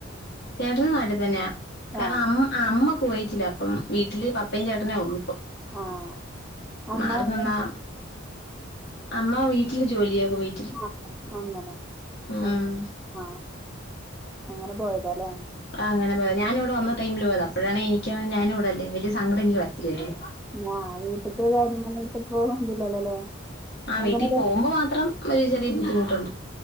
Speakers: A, on the left; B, in the centre.
A: ചേട്ടനും നാട്ടീതെന്നെയാ കാരണം
B: ആഹ്
A: അ അമ്മ കുവയ്ത്തിലാപ്പം വീട്ടില് പപ്പയും ചേട്ടനേ ഒള്ളൂ ഇപ്പം
B: ആഹ് അമ്മ
A: മാർ
B: എങ്ങനെ-
A: നിന്നാ അമ്മ വീട്ടിൽ ജോലിയാ കുവൈ
B: ആഹ് അങ്ങനെ മ
A: ഉം
B: ആ അങ്ങനെ പോയതാലേ
A: ആ അങ്ങനെ പോയ ഞാനിവ്ടെവന്ന ടൈമില് പോയതാ അപ്പോഴാണേ എനിക്ക് ഞാനുംവ്ടല്ലേ വല്ല്യൊരു സങ്കടെനിക്ക് വര്ത്തില്ലല്ലോ
B: ആഹ് വീട്ട്ത്തെ കാര്യങ്ങളായ്ട്ട്പ്പോ ഇത് ല്ലല്ലൊലേ
A: ആ വീട്ടിൽ
B: അങ്ങനെ <inaudible>
A: പോകുമ്പോ മാത്രം ഒരു ചെറിയ ബുദ്ധിമുട്ടുണ്ട്